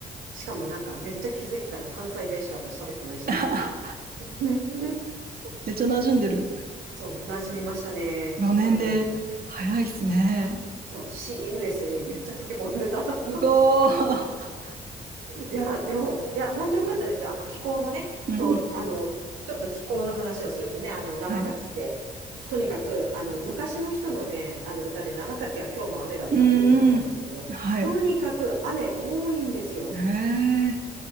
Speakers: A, on the right; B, on the right.
A: しかもなんかめっちゃ気づいたら関西弁しか私喋ってないしっていう。
B: <laughs>
A: <laughs>
B: めっちゃ馴染んでる。
A: そう、馴染みましたね。
B: 4年で、
A: 本当に。
B: 早いっすね。
A: そうそう、シームレスにめっちゃ溶け込んでた。
B: すごー。
A: <laughs>
B: <laughs>
A: いや、でも、いや、本当良かったですよ。あの、気候もね、
B: うんうん。
A: そう、あの、ちょっと気候の話をするとね、あの、長崎って、
B: はい。
A: とにかく、あの、昔の人のね、あの歌で、長崎は今日も雨だったっていう歌があるんですけど、
B: うんうん。はい。
A: とにかく雨多いんですよ。
B: ええ